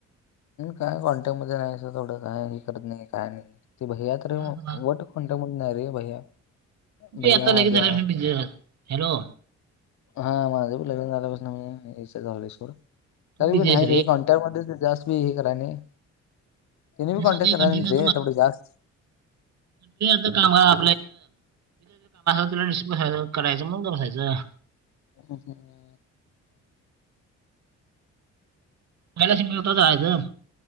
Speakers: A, on the left (about 65°); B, on the right (about 60°).
A: काय कॉन्टॅक्ट मध्ये नाही अस तेवढं, काय हे करत नाही काय नाही ती भै्या तरी
B: तुम्ही
A: वट. कॉन्टॅक्ट होत नाही रे भैया. भैया
B: आता लगे
A: आद्या
B: झालं, बिझी झा हॅलो.
A: हा माझं बी लग्न झाल्यापासन मी हेच झालोय सोड.
B: तू
A: तरी
B: बिझी
A: मी
B: आहेस
A: नाही रे कॉ त्यामध्येच ते जास्त बी हे कराय नाही. तुम्ही बी
B: त्यासाठी
A: कॉन्टॅक्ट करायच‌,
B: कंटिन्यू
A: नसतंय रे तेवढं जास्त.
B: तु <unintelligible> कामा <unintelligible> करायचं मग गप बसायचं.
A: हं हं हं.
B: पहिला <unintelligible> जायचं.